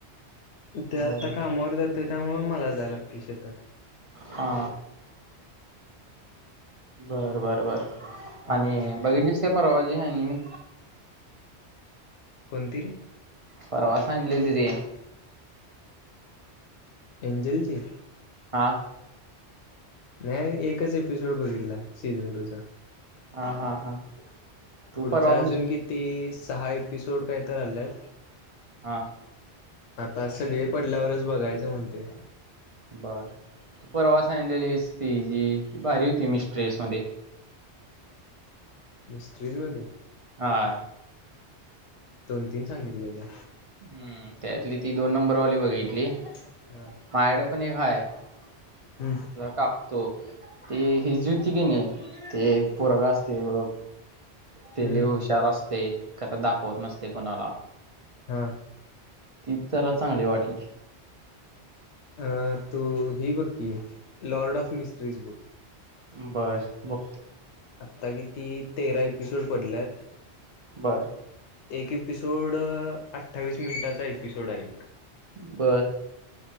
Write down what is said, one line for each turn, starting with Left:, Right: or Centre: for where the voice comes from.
Left: ते
Right: बर
Left: आता कामवर जात ताय त्यामुळे मला जाय लागते शेतात
Right: हा बरं बरं बर
Left: हम्म
Right: आणि बघितलीस काय परवा जी हानिमी
Left: कोणती रे
Right: परवा सांगिलेली ती दी
Left: अंजलची?
Right: हा
Left: नाही एकच एपिसोड बघितला सीझन टूचा
Right: हा हा हा तू
Left: पुढच्या
Right: परवा मिस
Left: अजून किती.. सहा एपिसोड काय तर आला
Right: हा
Left: आता... सगळे पडल्यावरच बघायचं म्हणते..
Right: बर... तू परवा सगितलेलीस ति जी ती भारी होती मिस्ट्रेस मध्ये
Left: मिस्त्रीज मध्ये
Right: हा..
Left: दोन तीन सांगितलेले..
Right: हम्म त्यातली ती दोन नंबरवाली बघितली..
Left: हा
Right: मायड पण एक हाय तझ
Left: हम्म
Right: का.. त ते हीची होती क नाही ते पोरक असते ब तेली
Left: हम्म
Right: हुशार असते खं दाखवत नसते कोणाला..
Left: हा..
Right: ती त्याला चांगले वाटली.
Left: अ तू ही बुक कि लॉर्ड ऑफ मिस्ट्रीज बुक...
Right: बस ब...
Left: आता किती तेरा एपिसोड पडल्यात
Right: बर
Left: एक एपिसोड अठ्ठावीस मिनिटाचा एपिसोड आहे.
Right: बर..